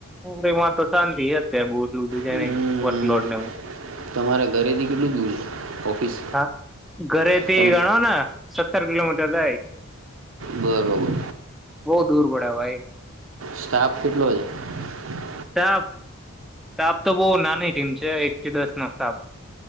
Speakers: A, in the centre; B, on the right.
A: રીમાં તો શાંતિ અત્યારે બુંિઝઇનિ
B: હમ્મ
A: વકલોડને
B: તમારા ઘરેથી કેટલું દૂર છે ઓફિસ
A: હા ઘરેથી
B: તમ
A: ગણો ને સત્તર કિલોમીટર દાય
B: બરોબર
A: બહુ દૂર પડે ભાઈ
B: સ્ટાફ કેટલો છે <inaudible>
A: તેપ તો આપ તો બહ નાની ટીમ છે એક કે દસ નકતા આપ